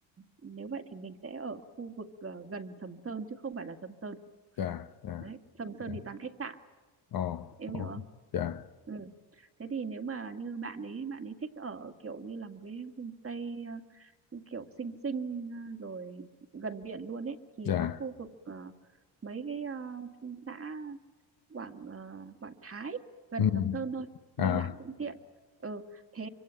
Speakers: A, on the right (about 30°); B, on the left (about 50°).
A: nếu vậy thì mình sẽ ở khu vực ờ, gần Sầm Sơn chứ không phải là Sầm Sơn.
B: dạ dạ
A: Đấy, Sầm
B: dạ
A: Sơn thì toàn khách sạn,
B: ồ
A: em
B: ồ
A: hiểu không?
B: dạ
A: Ừ. Thế thì nếu mà như bạn ấy, bạn ấy thích ở kiểu như là một cái homestay ờ, kiểu xinh xinh ờ, rồi gần biển luôn ấy thì
B: dạ
A: có khu vực ờ, mấy cái ờ, xã Quảng ờ, Quảng Thái gần
B: ừ
A: Sầm Sơn thôi đi
B: à
A: lại cũng tiện ừ thế